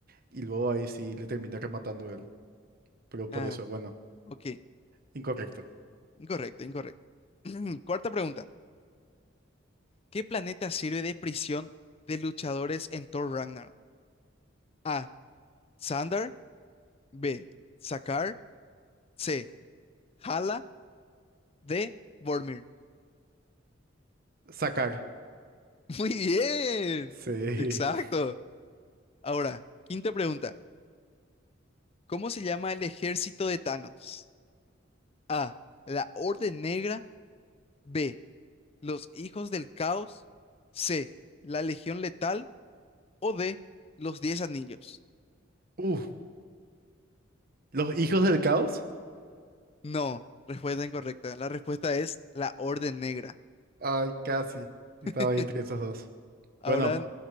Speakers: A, on the right (about 50°); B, on the left (about 30°).
A: y luego ahí sí le termina rematando él. Pero por
B: Ah,
A: eso, bueno,
B: ok.
A: incorrecto.
B: Incorrecto, incorrecto. <clears throat> Cuarta pregunta. ¿Qué planeta sirve de prisión de luchadores en Thor Ragnarok? A. Sandar. B. Sakaar. C. Hala de Vormir.
A: Sacar.
B: <laughs> Muy bien.
A: Sí.
B: Exacto.
A: <laughs>
B: Ahora, quinta pregunta. ¿Cómo se llama el ejército de Thanos? A. La Orden Negra. B. Los Hijos del Caos. C. La Legión Letal. O D. Los Diez Anillos.
A: Uh, ¿los hijos del caos?
B: No, respuesta incorrecta. La respuesta es la Orden Negra.
A: Ay, casi. Estaba
B: <laughs>
A: ahí entre esos dos.
B: Ahora,
A: Bueno,